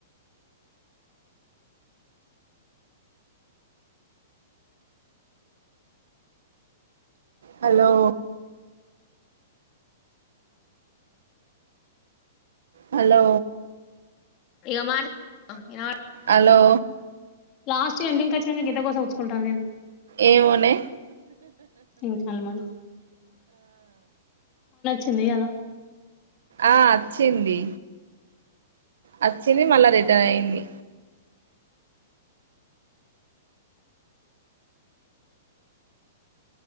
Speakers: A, on the right (about 80°); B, on the left (about 25°).
A: హలో హలో
B: ఇగో మాట్ విన
A: హలో
B: లాస్ట్ ఎండింగ్ వచ్చిన గీత కోసం వచ్చుకుంటాను నండి
A: ఏమ నే
B: ఇంకాల మళ్ళీ లేయ్యల
A: ఆ వచ్చింది వచ్చింది మళ్ళా రిటర్న్ అయింది